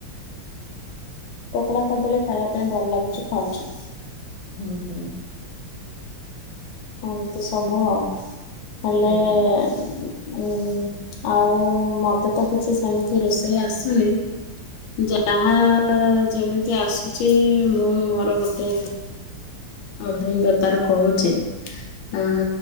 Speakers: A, on the left; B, on the left.
A: ପକଡା କରିଦେଲେ ଖାଇବା ପାଇଁ ଭଲ ଲାଗେ ସେ ଖାଉଛି।
B: ହୁଁ ହୁଁ
A: ଏମତି ସବୁ ଆଉ ହେଲେ
B: ଆଜ୍ଞା
A: <unintelligible> ଉୁଁ ଆଉ ମତେ ତ କିଛି ସେମିତି ରୋଷେଇ ଆସୁନି। ଯାହା ଯେମିତି ଆସୁଛି ମୁଁ ମୋର ଗୋଟେ ଅଧୁନ୍ଧତାର କହୁଛି ଆ